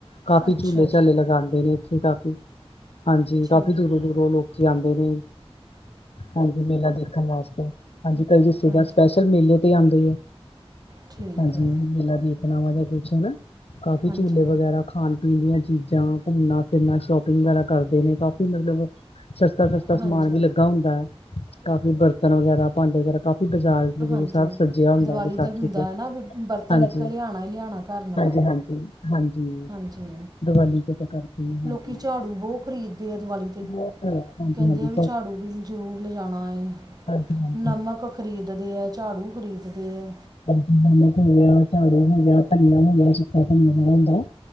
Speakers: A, on the left; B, on the right.
A: ਕਾਫ਼ੀ
B: ਅੱਛਾ
A: ਝੂਲੇ
B: ਜੀ
A: ਝਾਲੇ ਲਗਾਂਦੇ ਨੇ ਇੱਥੇ, ਕਾਫੀ ਹਾਂਜੀ
B: ਠੀਕ
A: ਕਾਫੀ ਦੂਰੋਂ-
B: ਹੈ
A: ਦੂਰੋਂ ਲੋਕ ਜਾਂਦੇ ਨੇ, ਹਾਂਜੀ ਮੇਲਾ ਦੇਖਣ ਵਾਸਤੇ। ਅੱਜ- ਕੱਲ੍ਹ ਰਿਸ਼ਤੇਦਾਰ
B: ਹਾਂਜੀ
A: ਸਪੈਸ਼ਲ ਮੇਲੇ ਤੇ ਆਂਦੇ ਐ,
B: ਠੀਕ
A: ਹਾਂਜੀ
B: ਹੈ
A: ਮੇਲਾ ਦੀ। ਨਵਾਂ ਜਾ ਕੁਛ ਹਨਾ, ਕਾਫੀ
B: ਹਾਂਜੀ
A: ਝੂਲੇ ਵਗੈਰਾ। ਖਾਣ- ਪੀਣ ਦੀਆਂ ਚੀਜ਼ਾਂ, ਘੁੰਮਣਾ ਫਿਰਨਾ, ਸ਼ੋਪਿੰਗ ਵਗੈਰਾ ਕਰਦੇ ਨੇ ਕਾਫ਼ੀ ਮਤਲਬ। ਸਸਤਾ-ਸਸਤਾ
B: ਹਾਂਜੀ
A: ਸਮਾਨ ਵੀ ਲੱਗਾ ਹੁੰਦਾ ਐ, ਕਾਫੀ ਬਰਤਨ ਵਗੈਰਾ, ਭਾਂਡੇ ਵਗੈਰਾ ਕਾ ਬਾਜ਼ਾਰ ਬਜ਼ੂਰ
B: ਹਾਂਜੀ
A: ਸਭ ਸੱਜਿਆ ਹੁੰਦਾ
B: ਦੀਵਾਲੀ
A: ਵਿਸਾਖੀ
B: ਹੁੰਦਾ
A: ਤੇ,
B: ਹੈ ਨਾ ਵੀ ਬਰਤਨ
A: ਹਾਂਜੀ।
B: ਇੱਕ ਲਿਆਣਾ ਹੀ ਲਿਆਣਾ ਘਰ ਨਵਾਂ
A: ਹਾਂਜੀ-ਹਾਂਜੀ। ਹਾਂਜੀ,
B: ਹਾਂਜੀ
A: ਦੀਵਾਲੀ ਤੇ ਤਾਂ ਕਰਦੇ ਨੇ, ਹਾਂਜੀ
B: ਲੋਕੀ ਝਾੜੂ ਬਹੁਤ ਖਰੀਦਦੇ ਆ ਦੀਵਾਲੀ ਤੇ
A: ਬਹੁਤ ਹਾਂਜੀ
B: ਕਹਿੰਦੇ
A: ਹਾਂਜੀ
B: ਆ ਵੀ ਝਾੜੂ ਵੀ ਜ਼ਰੂਰ ਲਿਜਾਣਾ ਐ।
A: ਹਾਂਜੀ-ਹਾਂਜੀ।
B: ਨਮਕ ਖਰੀਦਦੇ ਐ, ਝਾੜੂ ਖਰੀਦਦੇ ਐ।
A: ਨਮਕ ਹੋ ਗਿਆ, ਝਾੜੂ ਹੋ ਗਿਆ, ਧਨੀਆ ਹੋ ਗਿਆ, ਸੁੱਕਾ ਧਨੀਆ ਜਿਹੜਾ ਹੁੰਦਾ।